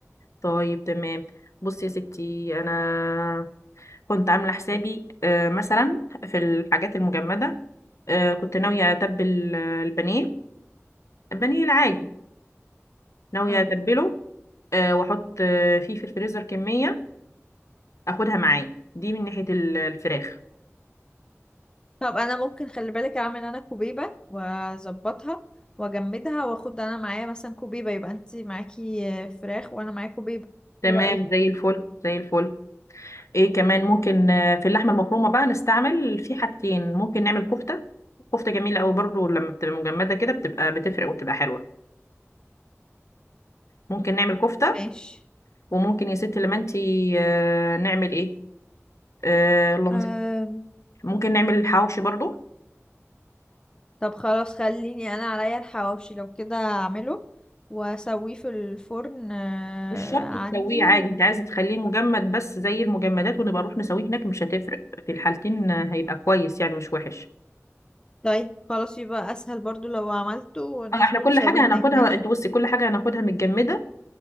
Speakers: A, on the left (about 70°); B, on the left (about 15°).
A: طيب تمام بصي يا ستي انا كنت عامله حسابي آه، مثلا في الحاجات المجمده آه، كنت ناويه اتبل آه، البانيه البانيه العادي ناويه
B: اهو
A: اتبله آه، واحط آه، فيه في الفريزر كميه اخدها معايا دي من ناحيه ال- الفراخ
B: طب انا ممكن خلي بالك اعمل انا كوبيبة واظبطها واجمدها واخد انا معايا مثلا كوبيبة يبقى انت معاكي آه، فراخ وانا معايا كوبيبة
A: تمام
B: ايه رأيك
A: زي الفل زي الفل ايه كمان ممكن آه، في اللحمه المفرومه بقى نستعمل في حاجتين ممكن نعمل كفته كفته جميله قوي برضو لما بتبقى مجمده كده بتبقى بتفرق وبتبقى حلوه ممكن نعمل كفته
B: ماشي
A: وممكن يا ستي لما انتي آه، نعمل ايه آه اللهم
B: أم.
A: زك- ممكن نعمل حواوشي برضو
B: طب خلاص خليني انا عليا الحواوشي لو كده اعمله واسويه في الفرن آه،
A: مش شرط
B: عندي
A: تسويه عادي
B: و...
A: انت عايزه تخليه مجمد بس زي المجمدات ونبقى نروح نسويه هناك مش هتفرق في الحالتين آه، هيبقى كويس يعني مش وحش
B: طيب خلاص يبقى اسهل برضو لو عملته وناخده
A: اه احنا كل
B: نسويه
A: حاجه
B: هناك
A: هناخدها
B: ماشي
A: انت بصي كل حاجه هناخدها متجمده